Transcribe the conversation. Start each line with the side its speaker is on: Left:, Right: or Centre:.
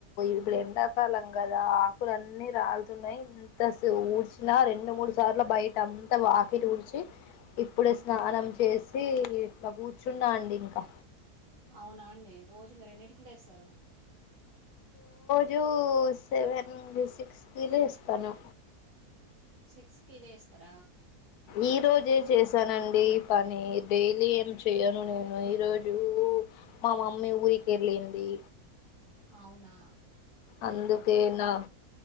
Left: ఇప్పుడు ఎండాకాలం కదా ఆకులు అన్నీ రాలుతున్నాయి ఇంత ఊడ్చిన రెండు రెండు మూడు సార్లు బయట అంత వాకిలీ ఉడిచి ఇప్పుడే
Right: ఉమ్.
Left: స్నానం చేసి ఇట్లా కూర్చున్నా అండి ఇంకా
Right: అవునా అండి రోజు మీరు ఎన్నింటికిీ లేస్తారు
Left: మీూ సెవెన్ సిక్స్కిిలో ఇస్తాను
Right: సిక్స్ కి లేస్తార
Left: ఈ రోజే చేశానండి పని డైలీ ఏమి చేయను నేను ఈ రోజు మా మమ్మీ ఊరికేర్లేంది
Right: అవునా
Left: అందుకేనా
Right: ఆహా